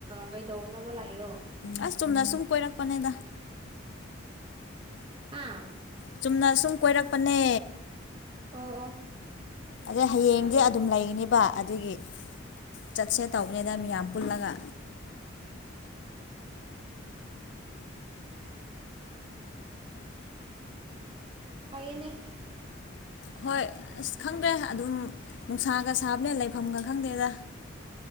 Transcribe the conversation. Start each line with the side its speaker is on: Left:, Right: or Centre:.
Right: ꯀꯩꯗꯧꯅꯕ ꯂꯥꯛꯏꯔꯣ
Left: ꯑꯁ ꯆꯨꯝꯅ ꯁꯨꯝ ꯀꯣꯏꯔꯛꯄꯅꯦꯗ
Right: ꯍꯥꯥ
Left: ꯆꯨꯝꯅ ꯁꯁꯨꯝ ꯀꯣꯏꯔꯛꯄꯅꯦ
Right: ꯑꯣ ꯑꯣ
Left: ꯑꯗꯩ ꯍꯌꯦꯡꯗꯤ ꯑꯗꯨꯝ ꯂꯩꯒꯅꯦꯕ ꯑꯗꯨꯒꯤ ꯆꯠꯁꯦ ꯇꯧꯕꯅꯤꯅ ꯃꯤꯌꯥꯝ ꯄꯨꯜꯂꯒ
Right: ꯍꯅꯦ
Left: ꯍꯣꯏ ꯑꯁ ꯈꯪꯗ꯭ꯔꯦ ꯑꯗꯨꯝ ꯅꯨꯡꯁꯥꯒ ꯁꯥꯕꯅꯦ ꯂꯩꯐꯝꯒ ꯈꯪꯗꯦꯗ